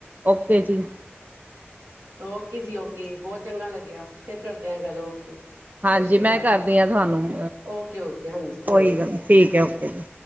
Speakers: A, on the right; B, on the right.
A: ਓਕੇ। ਜੀ।
B: ਓਕੇ ਜੀ, ਓਕੇ। ਬਹੁਤ ਚੰਗਾ ਲੱਗਿਆ। ਫੇਰ ਕਰਦੇ ਆ ਗੱਲ ਓਕੇ ਸਤਿ
A: ਹਾਂਜੀ,
B: ਸ਼੍ਰੀ
A: ਮੈਂ
B: ਅਕਾਲ
A: ਕਰਦੀ ਹਾਂ, ਤੁਹਾਨੂੰ
B: ਓਕੇ ਓਕੇ ਹਾਂਜੀ ਕਰੋ
A: ਕੋਈ
B: ਤੁਸੀਂ
A: ਗੱਲ ਠੀਕ ਹੈ। ਓਕੇ ਜੀ।